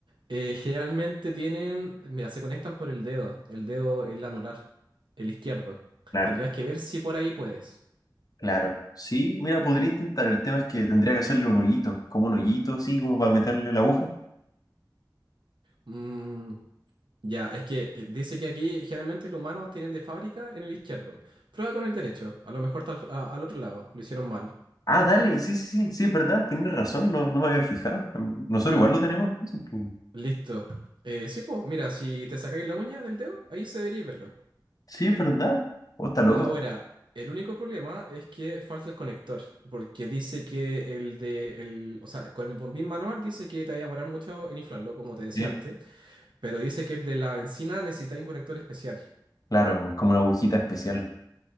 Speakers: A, on the right (about 90°); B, on the left (about 50°).
A: eh, generalmente tienen, mira, se conectan por el dedo, el dedo, el anular, el izquierdo.
B: Claro,
A: Tendrías que ver si por ahí puedes.
B: claro. Sí, mira, podría intentar. El tema es que tendría que hacerle un hoyito, como un hoyito así, como para meterle la aguja.
A: Mm, ya, es que eh, dice que aquí generalmente los humanos tienen de fábrica en el izquierdo. Prueba con el derecho, a lo mejor tal- a- al otro lado, lo hicieron mal.
B: Ah, dale, sí, sí, sí, sí, es verdad, tienes razón, no, no me había fijado. Nosotros igual lo tenemos, entonces, pues.
A: Listo. Eh, sí, pues, mira, si te sacáis la uña del dedo, ahí se debería verlo.
B: Sí, es verdad. ¿O está loco.
A: Ahora, el único problema es que falta el conector, porque dice que el de, el, o sea, con el bombín manual dice que te va a demorar mucho en inflarlo, como te decía
B: Sí.
A: antes, pero dice que el de la benzina necesitáis un conector especial.
B: Claro, es como una agujita especial.